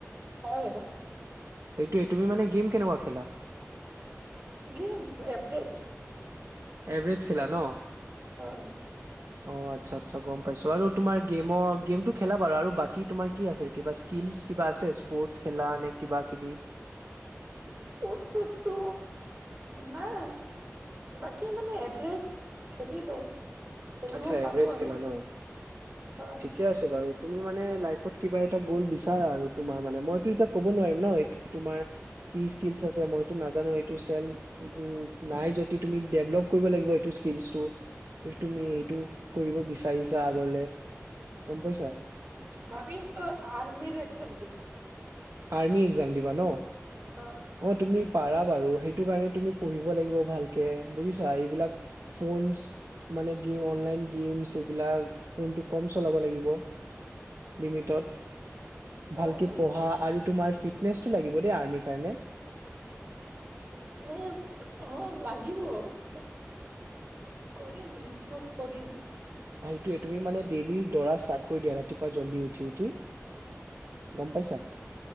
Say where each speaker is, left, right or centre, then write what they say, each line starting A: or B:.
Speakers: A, on the right; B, on the right.
A: হয় হয়।
B: সেইটোৱে তুমি মানে গেম কেনেকুৱা খেলা।
A: Game average.
B: এভৰেজ খেলা ন।
A: হয়।
B: অ আচ্ছা আচ্ছা গম পাইছো আৰু তোমাৰ গেমৰ গেমটো খেলা বাৰু আৰু বাকী তোমাৰ কি আছে কিবা স্কিলছ কিবা আছে স্পৰ্টচ খেলা এনে কিবা কিবি।
A: স্প'ৰ্টছ সতো। নাই বাকি মানে এভৰেজ খেলিলো। খেলিব
B: আচ্ছা
A: পাৰো
B: এভাৰজ
A: আৰু
B: খেলা ন
A: হয়
B: ঠিকে আছে বাৰু। তুমি মানে লাইফত কিবা এটা গ'ল বিচাৰ আৰু তোমাৰ মানে মইতো এতিয়া কব নোৱাৰিম ন তোমাৰ কি স্কিলচ আছে মইতো নাজানো সটো। তেল উম নাই যদি। তুমি ডেভলপ কৰিব লাগিব সেইটো স্কিলছটো। তুমি এইটো কৰিব বিচাৰিছা আগলে গম পাইছা
A: ভাবি আছো আৰ্মি একজাম দিম
B: আৰ্মি একজাম দিবা ন
A: হয়
B: অ তুমি পাৰা বাৰু সেই কাৰণে তুমি পঢ়িব লাগিব ভালকে বুজিচা এই বিলাক ফউন্স গেইম অনলাইন গেমছ এইবিলাক কম চলাব লাগিব লিমিটত
A: হয়
B: ভালকে
A: হয়
B: পঢ়া আৰু তোমাৰ ফিটনেছটো লাগিব দেই আৰ্মিৰ কাৰণে
A: নেক্সট অ লাগিব ব কৰিম ইম্প্ৰুভ কৰিম
B: সেইটোৱে তুমি মানে ডেইলি দৰা ষ্টাৰ্ট কৰি দিয়া ৰাতিপুৱাৰউঠি উঠি গম পাইছা